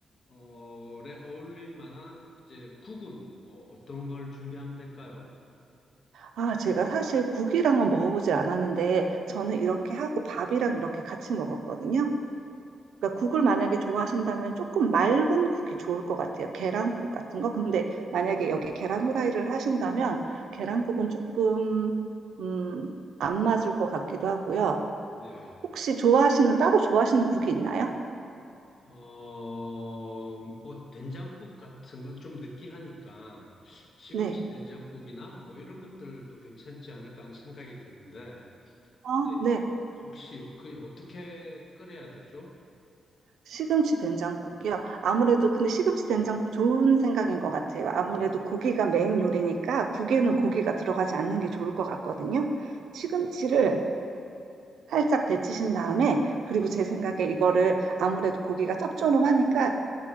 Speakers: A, on the left; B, on the right.
A: 어에 어울릴 만한 이제 국은 뭐 어떤 걸 준비하면 될까요?
B: 아, 제가 사실 국이랑은 먹어보질 않았는데, 저는 이렇게 하고 밥이랑 이렇게 같이 먹었거든요. 그러니까 국을 만약에 좋아하신다면 조금 맑은 국이 좋을 것 같아요. 계란국 같은 거. 근데 만약에 여기 계란 후라이를 하신다면, 계란국은 조금, 음, 안 맞을 것 같기도 하고요.
A: 네.
B: 혹시 좋아하시는, 따로 좋아하시는 국이 있나요?
A: 어, 뭐 된장국 같은 거 좀 느끼하니까 시금치
B: 네.
A: 된장국이나 뭐 이런 것들도 괜찮지 않을까 하는 생각이 드는데
B: 아,
A: 근데
B: 네.
A: 혹시 그 어떻게 끓여야 되죠?
B: 시금치 된장국이요. 아무래도
A: 예.
B: 근데 시금치 된장국 좋은 생각인 것 같아요. 아무래도 고기가 메인 요리니까 국에는 고기가 들어가지 않는 게 좋을 것 같거든요. 시금치를 살짝 데치신 다음에 그리고
A: 예.
B: 제 생각에 이거를 아무래도 고기가 짭조름하니까